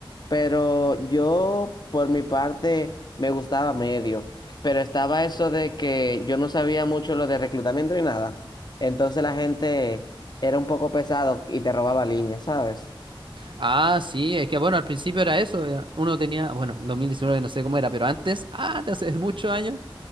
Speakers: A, on the left (about 50°); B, on the right (about 65°).
A: Pero yo, por mi parte, me gustaba medio. Pero estaba eso de que yo no sabía mucho lo de reclutamiento ni nada. Entonces la gente era un poco pesado y te robaba líneas, ¿sabes?
B: Ah, sí, es que bueno, al principio era eso, era- uno tenía, bueno, 2019 no sé cómo era, pero antes, ah, te hace muchos años,